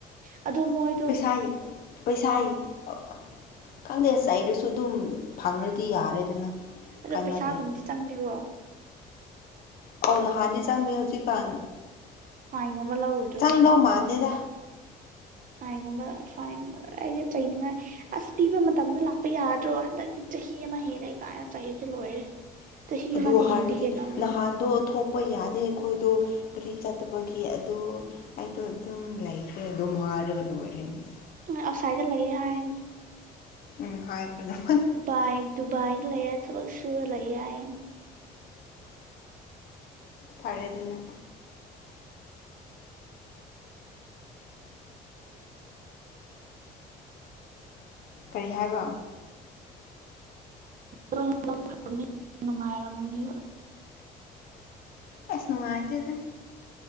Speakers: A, on the right; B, on the left.
A: ꯑꯗꯣ ꯃꯣꯏ
B: ꯄꯩꯁꯥꯒꯤ ꯄꯩꯁꯥꯒꯤ ꯑ ꯈꯪꯗꯦ ꯆꯩꯔꯁꯨ ꯑꯗꯨꯝ ꯐꯪꯔꯗꯤ ꯌꯥꯔꯦꯗꯅ
A: ꯑꯗꯣ
B: ꯀꯥꯟꯅꯗꯦ
A: ꯄꯩꯁꯥꯒꯨꯝꯕꯗꯤ ꯆꯪꯗꯦꯕꯣ
B: ꯑꯧ ꯅꯍꯥꯟꯗꯤ ꯆꯪꯗꯦ ꯍꯧꯖꯤꯛꯀꯥꯟ
A: ꯐꯥꯏꯟꯒꯨꯝꯕ ꯂꯧꯒꯗ꯭ꯔꯣꯕꯣ
B: ꯆꯪꯗꯣ ꯃꯥꯥꯟꯗꯦꯗ
A: ꯐꯥꯏꯟꯒꯨꯝꯕ ꯐꯥꯏꯟ ꯑꯩꯁꯦ ꯆꯩꯅꯤꯡꯉꯥꯏ ꯑꯁ ꯄꯤꯕ ꯃꯇꯝꯗ ꯂꯥꯛꯄ ꯌꯥꯗ꯭ꯔꯣ ꯍꯟꯗꯛꯇꯤ ꯆꯍꯤ ꯑꯃ ꯍꯦꯜꯂꯦ ꯀꯥꯏꯅ ꯆꯩꯔꯤꯁꯦ ꯂꯣꯏꯔꯦ ꯆꯍꯤ
B: ꯑꯗꯨ
A: ꯑꯃꯗꯤ
B: ꯍꯥꯏꯔꯗꯤ
A: ꯍꯦꯟꯗꯤ ꯍꯦꯜꯂꯝꯒꯅꯤ
B: ꯅꯍꯥꯟꯗꯣ ꯊꯣꯛꯄ ꯌꯥꯗꯦ ꯑꯩꯈꯣꯏꯗꯣ ꯒꯥꯔꯤ ꯆꯠꯇꯕꯒꯤ ꯑꯗꯣ ꯑꯩꯗꯣ ꯑꯗꯨꯝ ꯂꯩꯈ꯭ꯔꯦ ꯑꯗꯨꯝ ꯍꯥꯏꯔꯒ ꯂꯣꯏꯔꯦꯅꯦ
A: ꯑꯩꯅ ꯑꯁꯥꯏꯗ ꯂꯩꯌꯦ ꯍꯥꯏꯅꯤ
B: ꯎꯝ ꯍꯥꯏꯈ꯭ꯔꯣ ꯑꯗꯨꯃꯥꯏꯅ
A: ꯗꯨꯕꯥꯏ ꯗꯨꯕꯥꯏꯗ ꯂꯩꯌꯦ ꯊꯕꯛ ꯁꯨꯔ ꯂꯩꯌꯦ ꯍꯥꯏꯌꯦ
B: ꯐꯔꯦ ꯑꯗꯨꯅ ꯀꯩ ꯍꯥꯏꯕ
A: <inaudible> ꯅꯨꯡꯉꯥꯏꯔꯝꯒꯅꯦꯕ
B: ꯑꯁ ꯅꯨꯡꯉꯥꯏꯇꯦꯗ